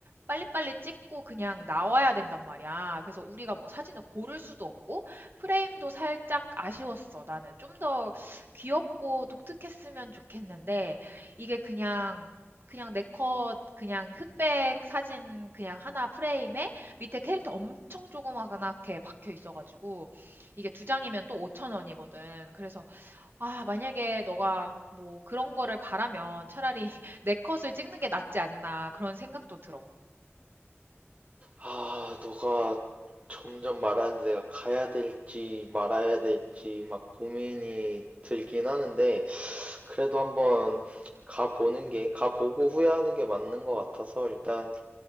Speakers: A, on the right; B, on the right.
A: 빨리빨리 찍고 그냥 나와야 된단 말이야. 그래서 우리가 뭐 사진을 고를 수도 없고 프레임도 살짝 아쉬웠어. 나는 좀 더 귀엽고 독특했으면 좋겠는데 이게 그냥 그냥 내 컷 그냥 흑백 사진 그냥 하나 프레임에 밑에 캐릭터 엄청 조그맣게 박혀 있어가지고 이게 두 장이면 또 5천 원이거든. 그래서 아 만약에 너가 뭐 그런 거를 바라면 차라리 <laughs> 내 컷을 찍는 게 낫지 않나 그런 생각도 들어.
B: 아, 너가 점점 말하는데 내가 가야 될지 말아야 될지 막 고민이 들긴 하는데 그래도 한번 가보는 게 가보고 후회하는 게 맞는 것 같아서 일단